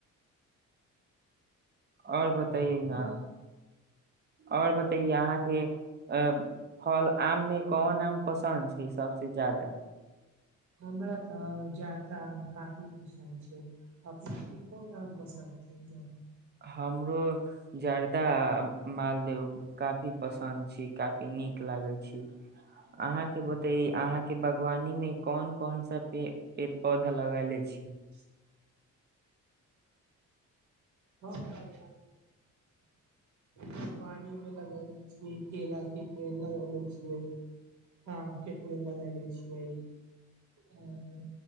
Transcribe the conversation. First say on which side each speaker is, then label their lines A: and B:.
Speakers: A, on the right; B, on the right.
A: आओर बत तायै ना
B: हँ
A: आओर बतैए अहाँके अ फल आम मे कोन आम पसन्द छै सबसे ज्यादा
B: हमरा तऽ जर्दा काफी पसन्द छै अपने के कोन आम पसन्द छै
A: हमरो जर्दा मालदेव काफी पसन्द छी काफी नीक लागे छी अहा के बताेई अहा के बागवानी में कौन कौन सा पेड़ पौधा लगेले छियै
B: <unintelligible> हम बागवानी बागवानी मे लगले छियै केला के पेड़ लगले छियै आम के पेड़ लगले छियै आ